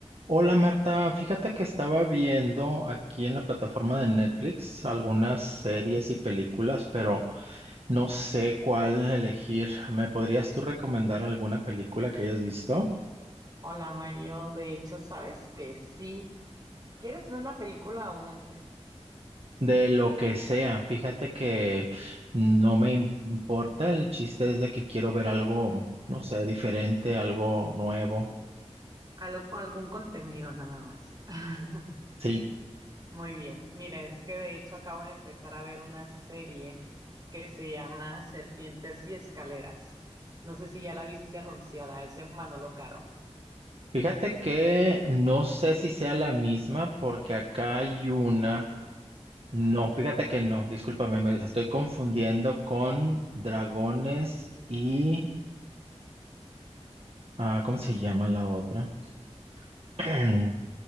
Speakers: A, on the right; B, on the right.
A: Hola Marta, fíjate que estaba viendo aquí en la plataforma de Netflix algunas series y películas, pero no sé cuál elegir. ¿Me podrías tú recomendar alguna película que hayas visto?
B: Hola Mario, de hecho, ¿sabes que sí? ¿Quieres una película o una serie?
A: De lo que sea, fíjate que no me importa, el chiste es de que quiero ver algo, no sé, diferente, algo nuevo.
B: Algo- algún contenido nada más. <laughs>
A: Sí.
B: Muy bien, mira, es que de hecho acabo de empezar a ver una serie que se llama Serpientes y Escaleras. No sé si ya la viste anunciada, es de Manolo Caro.
A: Fíjate que no sé si sea la misma porque acá hay una. No,
B: Ajá.
A: fíjate que no, discúlpame, me las estoy confundiendo con dragones y... ah, ¿cómo se llama la otra? <clears throat>